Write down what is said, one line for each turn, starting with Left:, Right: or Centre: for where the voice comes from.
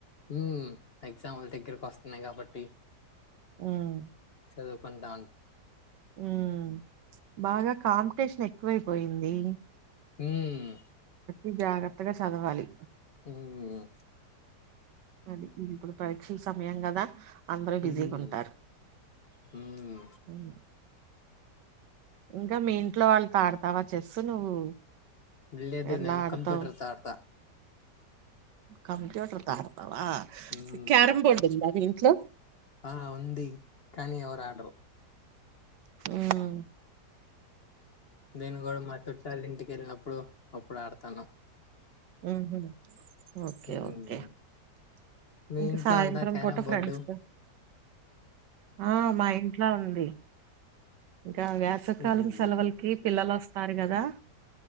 Left: ఉమ్ ఎగ్జాములు దగ్గరకు వస్తున్నాయి కాబట్టి
Right: ఉమ్
Left: చదువుకుంటాన్
Right: ఉమ్ బాగా కాంపిటీషన్ ఎక్కువైపోయింది
Left: ఉమ్
Right: ఇ జాగ్రత్తగా చదువలి
Left: ఉమ్
Right: మరి ఇది ఇప్పుడు పరీక్షల సమయం కదా అందరూ
Left: హ్మ్.
Right: బిజీగా ఉంటారు
Left: హ్మ్.
Right: ఉమ్ ఇంకా మీ ఇంట్లో వాళ్లతో ఆడుతావా చెస్సు నువ్వు
Left: లేదు
Right: ఎలా
Left: నేను
Right: ఆడతావు
Left: కంప్యూటర్ తో ఆడుత
Right: కంప్యూటర్ తో ఆడుతావా
Left: హ్మ్.
Right: క్యారం బోర్డ్ ఉందా మీ ఇంట్లో
Left: ఆ ఉంది కానీ ఎవరు ఆడారు
Right: ఉమ్
Left: నేను కూడా మా చుట్టళ్ళ ఇంటికి ఎళ్ళినప్పుడు అప్పుడు ఆడుతాను
Right: ఉహ్మ్ ఓకే
Left: హ్మ్.
Right: ఓకే
Left: మీ
Right: ఇంకా
Left: ఇంట్లో
Right: సాయంత్రం
Left: ఉందా క్యారమ్
Right: పూట ఫ్రెండ్స్
Left: బోర్డు?
Right: తో ఆ మా ఇంట్లా ఉంది ఇంకా వేసకాలం
Left: హ్మ్.
Right: సెలవులకి పిల్లలు వస్తారు కదా